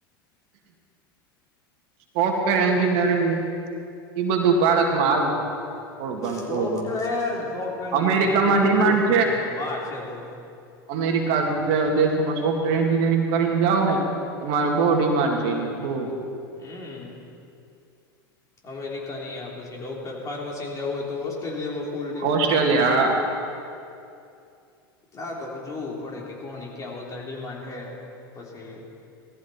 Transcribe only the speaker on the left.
સોફ્ટવેર
ને સોફ્ટ
નહી ઇન્ડિયામાં
તો ઓછી છે બહાર છે બઉ
હમ અમેરિકાનીયા પછી તે ડોક્ટર ફાર્માસીને જવું હોય તો ઓસ્ટ્રેલિયામાં ફૂલ ડિમાન્ડ
હે હા તો જોવું પડે કે કોની ક્યાં વધતારે ડિમાન્ડ હે પછી